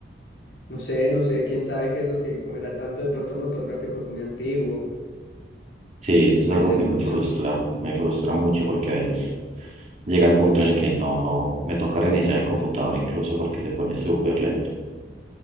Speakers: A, on the left; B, on the right.
A: No sé, no sé, quién sabe qué es lo que comerá tanto. De pronto motor gráfico es muy antiguo.
B: Sí, eso
A: Puede
B: es algo
A: ser
B: que
A: una
B: me
A: opción.
B: frustra, me frustra mucho porque a veces llega el punto en el que no, no, me toca reiniciar el computador incluso porque se pone súper lento.